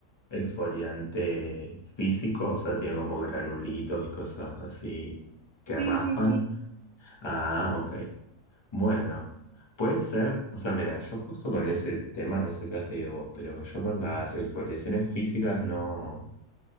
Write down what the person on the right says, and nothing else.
Sí,
sí, sí.